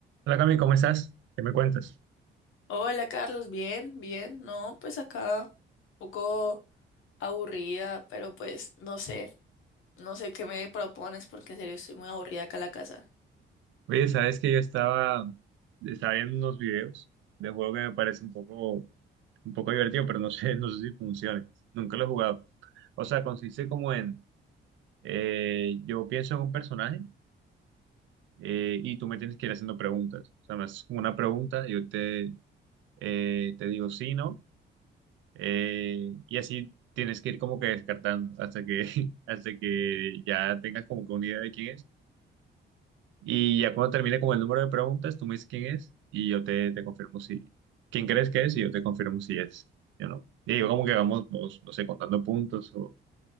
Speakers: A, on the right (about 75°); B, on the left (about 85°).
A: Hola Cami, ¿cómo estás? ¿Qué me cuentas?
B: Hola Carlos, bien, bien. No, pues acá un poco aburrida, pero pues no sé, no sé qué me propones porque en serio estoy muy aburrida acá en la casa.
A: Oye, sabes que yo estaba, estaba viendo unos videos de juego que me parece un poco, un poco divertido, pero no sé, <laughs> no sé si funcione. Nunca lo he jugado. O sea, consiste como en, eh, yo pienso en un personaje eh, y tú me tienes que ir haciendo preguntas. O sea, me haces como una pregunta, yo te, eh, te digo sí, no, eh, y así tienes que ir como que descartando hasta que, <laughs> hasta que ya tengas como que una idea de quién es. Y ya cuando termine con el número de preguntas, tú me dices quién es y yo te, te confirmo si, quién crees que es y yo te confirmo si es, yo no. Y yo como que vamos, vamos, no sé, contando puntos o,